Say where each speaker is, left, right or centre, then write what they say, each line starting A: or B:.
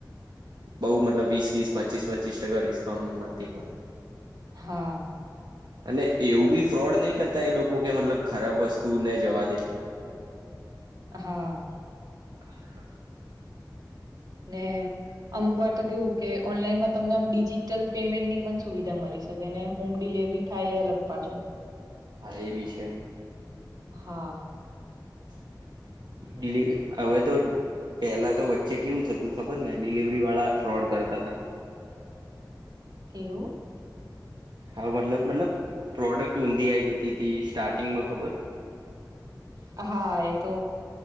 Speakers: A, on the right; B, on the right.
A: બહુ મતલબ વીસ-વીસ, પચ્ચીસ-પચ્ચીસ ટકા ડિસ્કાઉન્ટમાં મળતી હોય.
B: હા.
A: અને એવું બી ફ્રોડ નહી કર તા એ લોકો, કે મતલબ ખરાબ વસ્તુ ને જવા દે.
B: હા.
A: <inaudible>
B: ને અમુક વાર તો કેવું કે ઓનલાઈનમાં તમને આમ ડિજિટલ પેમેન્ટની પણ સુવિધા મલી શકે. ને હોમ ડિલ લેવલી થાય એ અલગ પાછું.
A: હા, એબી છે.
B: હા.
A: <inaudible> દિલી હવે તો પેલા તો વચ્ચે કેવું થતું ખબર ને ડિલવરી વાળા ફ્રોડ કરતા હતા.
B: એવું?
A: હા, મતલબ મતલબ પ્રોડક્ટ ઊંધી આઈ જતી હતી. સ્ટાર્ટિંગમાં ખબર?
B: હા, એ તો